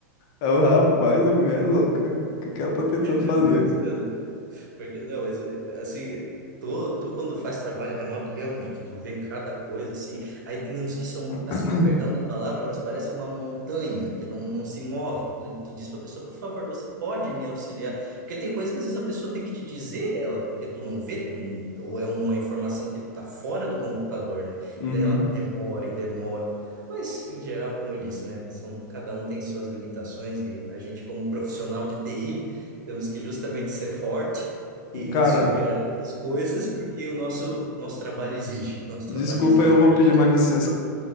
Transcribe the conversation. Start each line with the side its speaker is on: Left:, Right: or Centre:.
Left: Aí o rapaz, a mulher é louca, o que que ela tá tentando fazer?
Right: É bem isso mesmo. Porque, não, mas, eh, assim, tu, tu quando faz trabalho remoto, realmente, tu vê cada coisa, assim, aí tem uns que são, assim,
Left: <clears throat>
Right: perdão da palavra, mas parece uma montanha, que não, não se move. Tu, tu diz pra pessoa, por favor, você pode me auxiliar? Porque tem coisa que às vezes a pessoa tem que te dizer, ela, porque tu não vê, tu não- ou é uma informação que tá fora do computador, né?
Left: Uhum.
Right: E daí ela demora e demora. Mas, em geral, como eu disse, né, são, cada um tem suas limitações e a gente, como profissional de TI, temos que justamente ser forte e
Left: Cara,
Right: superar essas coisas, porque o nosso, nosso trabalho exige. Nosso
Left: Desculpa,
Right: trabalho exige
Left: eu
Right: da
Left: vou
Right: gente.
Left: pedir uma licença.